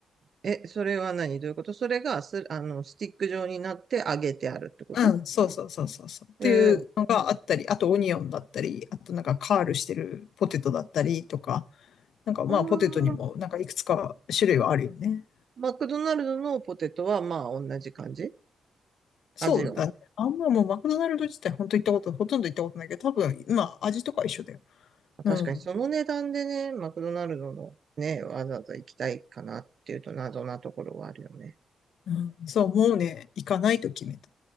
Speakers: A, on the right; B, on the left.
A: え、それは何どういうことそれがす、あの、スティック状になって揚げてあるってこと
B: うん、そうそうそうそうそう。っていうのがあったり、
A: えー、
B: あとオニオンだったり、あとなんかカールしてるポテトだったりとか、なんかまあポテトにもなんかいくつか種類はあるよね。
A: あーマクドナルドのポテトはまあ同じ感じ
B: そうだね。
A: 味は。
B: あんまもうマクドナルド自体本当行ったこと、ほとんど行ったことないけど、多分、まあ味とか一緒だよ。
A: 確かにその値段でね、
B: うん。
A: マクドナルドのね、わざわざ行きたいかなっていうと謎なところはあるよね。
B: うん、そう、もうね、行かないと決めた。